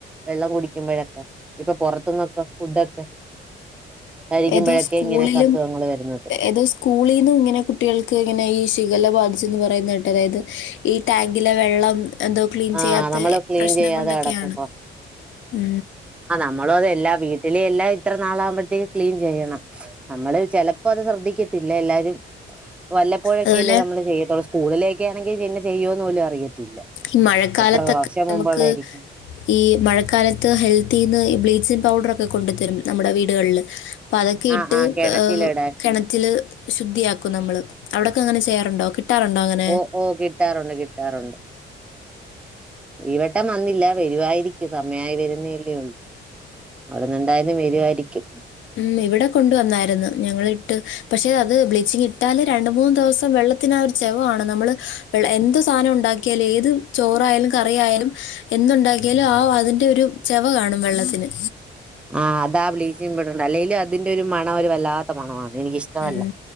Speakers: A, in the centre; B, on the left (about 75°).
A: വെള്ളം കുടിക്കുമ്പോഴൊക്കെ ഇപ്പൊ പുറത്തുന്നൊക്കെ ഫുഡൊക്കെ കഴിക്കുമ്പോഴൊക്കെ
B: ഏതോ സ്കൂളിലും
A: ഇങ്ങനെയൊക്കെ അസുഖങ്ങൾ വരുന്നത്
B: ഏതോ സ്കൂളീന്നും ഇങ്ങനെ കുട്ടികൾക്ക് ഇങ്ങനെ ഈ ശിഖല ബാധിച്ചന്ന് പറയുന്ന കേട്ട് അതായത് ഈ ടാങ്കിലെ വെള്ളം എന്തൊ ക്ലീൻ
A: ആഹ്
B: ചെയ്യാത്ത
A: നമ്മള് ക്ലീൻ
B: പ്രശ്നം
A: ചെയ്യാതെ
B: കൊണ്ടൊക്കെയാണ്
A: കിടക്കുമ്പോ
B: ഉ
A: നമ്മള അതെല്ലാം വീട്ടില എല്ലാം ഇത്ര നാളാകുമ്പോഴത്തേക്കും ക്ലീൻ ചെയ്യണം നമ്മള് ചിലപ്പോ അത് ശ്രദ്ധിക്കത്തില്ല എല്ലാരും വല്ലപ്പോഴൊക്കെല്ലേ
B: അതുപോലെ
A: നമ്മള് ചെയ്യത്തുള്ളൂ സ്കൂളില ഒക്കെ ആണെങ്കിൽ പിന്നെ ചെയ്യുവോന്ന് പോലും അറിയത്തില്ല
B: ഈ മഴക്കാലത്തൊക്കെ
A: എത്ര വർഷം മുമ്പുള്ളായിരിക്കും
B: നമുക്ക് ഈ മഴക്കാലത്ത് ഹെൽത്തിന്ന് ഈ ബ്ലീച്ചിങ് പൗഡർൊക്കെ കൊണ്ടുത്തരും നമ്മുടെ വീടുകളില് അപ്പൊ അതൊക്കെ
A: ആഹ്
B: ഇട്ട്
A: ആഹ് കിണറ്റിലിടാൻ
B: കിണറ്റില് ശുദ്ധിയാക്കും നമ്മള് അവിടൊക്കെ അങ്ങനെ ചെയ്യാറുണ്ടോ കിട്ടാറുണ്ടോ അങ്ങനെ
A: ഓ ഓ കിട്ടാറുണ്ട് കിട്ടാറുണ്ട് ഇവട്ടം വന്നില്ല വരുവായിരിക്കും സമയയി വരുന്നല്ലേ ഉള്ളൂ അവിടന്ന് എന്തായും വരുവായിരിക്കും
B: ഉ ഇവിടെ കൊണ്ട വന്നായിരുന്നു ഞങ്ങളിട്ട് പക്ഷേ അത് ബ്ലീച്ചിങ് ഇട്ടാല് രണ്ടുമൂന്ന് ദിവസം വെള്ള ത്തിന് ആ ചെവകാണും നമ്മള് എന്ത് സാധനം ഉണ്ടാക്കിയാലും ഏത് ചോറായാലും കറി ആയാലും എന്തുണ്ടാക്കിയാലും ആ അതിന്റെ ഒരു ചെവ കാണും വെള്ളത്തിന്
A: ആഹ് അതാ ബ്ലീച്ചിങ് പടറിന്റെ അല്ലെങ്കും അതിന്റെ ഒരു മണ ഒരു വല്ലാത്ത മണമാണ് എനിക്ക്‌ ഇഷ്ടമല്ല
B: മ്മ്.